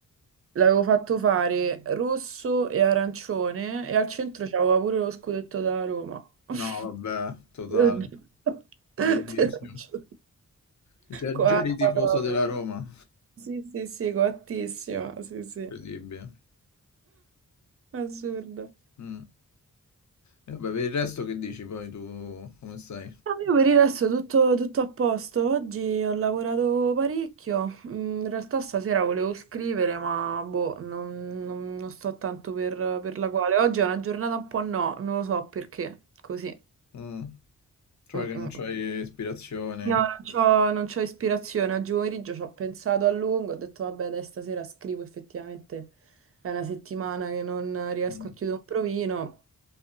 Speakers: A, on the right; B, on the left.
A: L'avevo fatto fare rosso e arancione e al centro c'aveva pure lo scudetto da Roma. <laughs>
B: No, vabbè, totale.
A: Te lo giuro. <laughs> Te
B: Bellissimo.
A: lo giuro.
B: Già,
A: Coatta
B: già eri tifoso
A: proprio.
B: della Roma.
A: Sì, sì, sì, coattissima. Sì, sì.
B: Incredibile.
A: Assurdo.
B: Mm. E vabbè, per il resto che dici poi tu, come stai?
A: No, Io per il resto tutto, tutto a posto. Oggi ho lavorato parecchio. Mm, In realtà stasera volevo scrivere, ma boh, non, non- non sto tanto per, per la quale. Oggi è una giornata un po' no, non lo so perché. Così.
B: Mh. Cioè
A: Mm,
B: che
A: mm.
B: non c'hai ispirazione.
A: No, non c'ho, non c'ho ispirazione. Oggi pomeriggio ci ho pensato a lungo. Ho detto, vabbè, dai, stasera scrivo. Effettivamente è una settimana che non riesco
B: Mh.
A: a chiudere un provino.